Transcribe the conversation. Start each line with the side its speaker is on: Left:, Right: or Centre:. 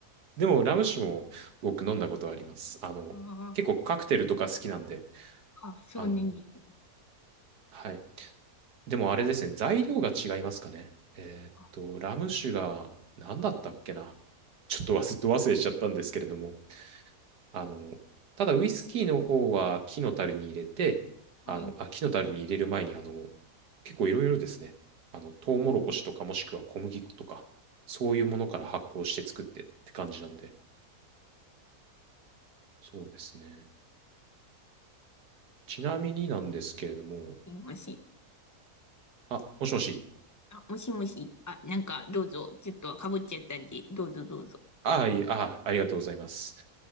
Right: でも、ラム酒も僕飲んだことあります。あの、
Left: あ
Right: 結構カクテルとか好きなんで、
Left: あ、あ、そうなんですね。
Right: あの、はい。でもあれですね、材料が違いますかね。えーっと、
Left: あ、
Right: ラム酒が何だったっけな。ちょっと忘れ、ど忘れしちゃったんですけれども、あの、ただウイスキーの方は木の樽に入れて、
Left: はい、
Right: あの、あ、木の樽に入れる前に、あの、結構いろいろですね、あの、トウモロコシとかもしくは小麦粉とか、そういうものから発酵して作ってって感じなんで、そうですね。ちなみになんですけれども、
Left: すいません。
Right: あ、もしもし。
Left: あ、もしもし。あ、なんか、どうぞ。ちょっとかぶっちゃったんで、どうぞどうぞ。
Right: あ、いえ、あ、ありがとうございます。